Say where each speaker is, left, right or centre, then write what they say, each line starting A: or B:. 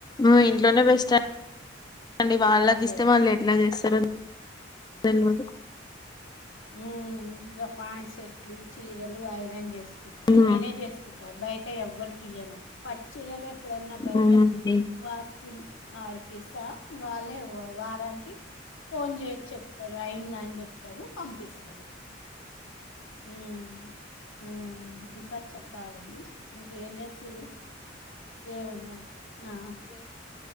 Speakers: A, on the left; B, on the left.
A: ఆ ఇంట్లోనే బెస్ట్ అం వాళ్ళకిస్తె
B: పనే సరిపోతది
A: వాళ్ళు ఎట్ల చేస్తరు తెల్వదు
B: ఉమ్ గా పాంట్ సెట్లు చీరలు ఐరన్ చేసుకుంటా
A: అవునా
B: నేనే చేసుకుంట బయట ఎవ్వరికి ఇయ్యను. పట్ చీరలు ఎప్పుడన్నా బయట
A: అవునండి
B: వాసుపులు వాడికిస్తా వాళ్ళే వ వారానికి ఫోన్ చేసి చెప్తరు అయింద అని చెప్తరు పంపిస్తరు ఉమ్ ఉమ్. ఇంకా చెప్పాలండి ఇంకేంచేస్తుంర్రు. ఏం ఉందండి ఆహ్.